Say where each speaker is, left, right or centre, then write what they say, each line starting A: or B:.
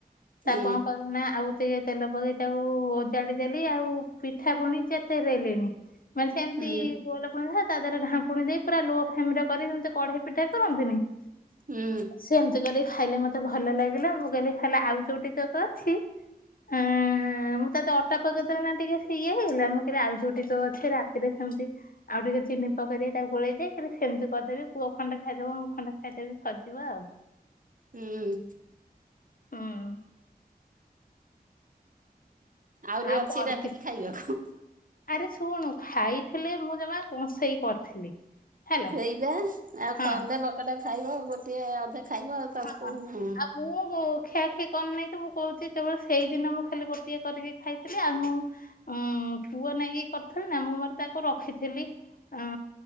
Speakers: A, on the left; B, on the right.
A: ତା
B: ହୁଁ
A: କଣ କଲି ନା ଆଉ ଟିକେ ତେଲ ପକେଇ ତାକୁ ଓଜାଡି ଦେଲି ଆଉ ପିଠା ପୁଣି ଚେତେଇ ଦେଳିଣି। ମାନେ ସେମିତି
B: ହୁଁ
A: ଗୋଲ <unintelligible> ତା ଦେହରେ ଢାଙ୍କୁଣି ଦେଇ ପୁରା ଲୋ ଫ୍ଲେମ ରେ କରିକି ଯେମିତି କଢେଇ ପିଠା କରନ୍ତିନି ହଁ
B: ହୁଁ
A: ସେମିତି କରିକି ଖାଇଲେ ମତେ ଭଲ ଲାଗିଲା ମୁଁ କଇନି ଖାଲି ଆଉ ଯୋଉ ଟିକ କ ଅଛି ଆଁ ମୁଁ ତତେ ଅ ତା ପକେଇଦେଲେ ନା ଟିକେ ସିଏ ହେଇଗଲା ମୁଁ କଇଲି ଆଉ ଯୋଉ ଟିକେ ଅଛି ରାତିରେ ସେମିତି ଆଉ ଟିକେ ଚିନି ପକେଦେ ସେ ତାକୁ ଗୋଳେଇ ଦେଇ ସେମିତି କରିଦେବି ପୁଅ ଖଣ୍ଡେ ଖାଇଦବ ମୁଁ ଖଣ୍ଡେ ଖାଇଦେବି ସରିଯିବ ଆଉ।
B: ହୁଁ।
A: ହଁ।
B: ଆହୁରି
A: ଆଉ
B: ଅଛି
A: କରିକି
B: ରାତିକି ଖାଇବାକୁ।
A: ଆରେ ଶୁଣୁ ଖାଇଥିଲେ ମୁଁ ଜମା କସେଇ କରିଥିଲି। ହେଲା।
B: ସେଇବା ଆଉ
A: ହଁ
B: ଖଣ୍ଡେ ବକଟେ ଖାଇବ ଗୋଟେ ଅଧେ ଖାଇବ ଆଉ ତାକୁ
A: ହଁ
B: ହୁଁ
A: ଆଉ ମୁଁ ଖିଆଖିଇ କରନେଇତ ମୁଁ କହୁଚି କେବଳ ସେଇଦିନ ମୁଁ ଖାଲି ଗୋଟିଏ କରିକି ଖାଇଥିଲି ଆଉ ମୁଁ ଉଁ ପୁଅ ନାଗି କରିଥିଲି ନା ମୁଁ ମୋର ତାକୁ ରଖିଥିଲି। ଅ